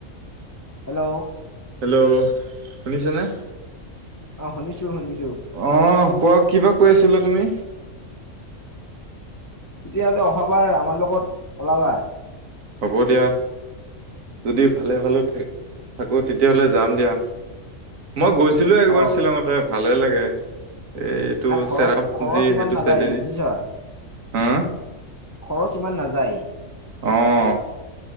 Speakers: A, on the left (about 25°); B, on the right (about 80°).
A: হেল্ল'।
B: হেল্ল' শুনিছানে?
A: অ' শুনিছো শুনিছো।
B: অ' কোৱা কিবা কৈ আছিলা তুমি?
A: তেতিয়াহ'লে অহাবাৰ আমাৰ লগত ওলাবা?
B: হ'ব দিয়া। যদি ভালে ভালে থাকো তেতিয়াহ'লে যাম দিয়া। মই গৈছিলো একবাৰ
A: অ
B: শ্বিলঙলৈ ভালে লাগে। এইটো
A: না খৰচ
B: চেৰাজি
A: খৰচ ইমান
B: সেইটো
A: নাযায়
B: চাইডেদি
A: বুজিছা
B: হা
A: খৰচ ইমান নাযায়।
B: অ'।